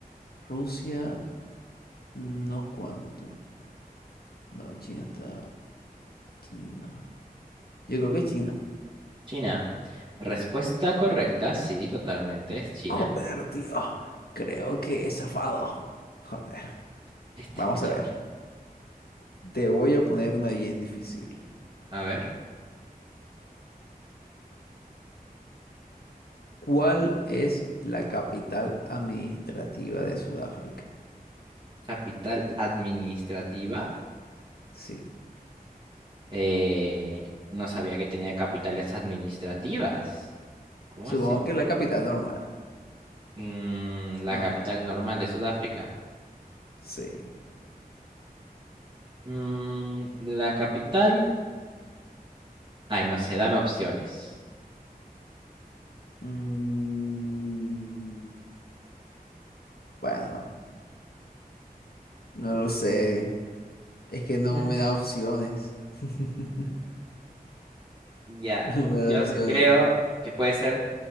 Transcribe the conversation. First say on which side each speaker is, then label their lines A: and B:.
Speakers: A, on the left; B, on the right.
A: Rusia, unos cuantos. No, China está... China. Yo creo que es China.
B: China. Respuesta correcta, sí, totalmente, es China,
A: Joder, tío. Creo que he zafado. Joder.
B: <laughs> este
A: Vamos
B: muchacho.
A: a ver. Te voy a poner una bien difícil.
B: A ver,
A: ¿Cuál es la capital administrativa de Sudáfrica?
B: capital administrativa.
A: Sí.
B: Eh, no sabía que tenía capitales administrativas. ¿Cómo
A: Supongo
B: así?
A: que es la capital normal.
B: Mm, la
A: No.
B: capital normal de Sudáfrica.
A: Sí.
B: Mm, la capital... Ay, no sé, dame opciones.
A: Mm, bueno, no lo sé. Es que no
B: <laughs>
A: me da opciones. <laughs>
B: Ya,
A: No me
B: yo
A: da opciones.
B: creo que puede ser.